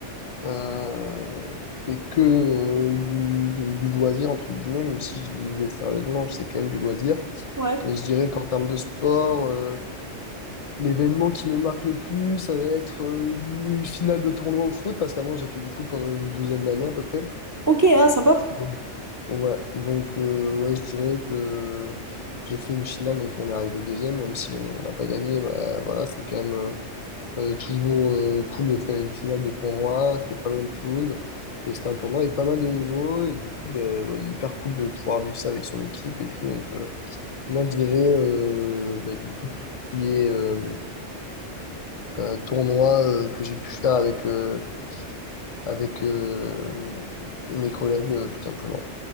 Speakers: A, on the left; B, on the right.
A: euh, fait que euh, du, du, du loisir, entre guillemets, même si je vivais sérieusement, c'est quand même du loisir.
B: Ouais.
A: Mais je dirais qu'en termes de sport, euh, l'événement qui me marque le plus, ça va être euh, une finale de tournoi au foot, parce qu'avant, j'ai fait du foot pendant une douzaine d'années à peu près.
B: Ok, ah, sympa.
A: Donc, ouais, donc euh, ouais, je dirais que j'ai fait une finale, donc on est arrivé deuxième, même si on n'a pas gagné, bah, voilà, c'est quand même euh, euh, toujours euh, cool de faire une finale de tournoi, c'était pas loin de Toulouse, et c'était un tournoi avec pas mal de niveaux, et du coup, bah, ouais, hyper cool de pouvoir vivre ça avec son équipe et tout, donc euh, moi je dirais, euh, bah, du coup, tout ce qui est euh, euh, tournoi euh, que j'ai pu faire avec... euh, avec euh, mes collègues, euh, tout simplement.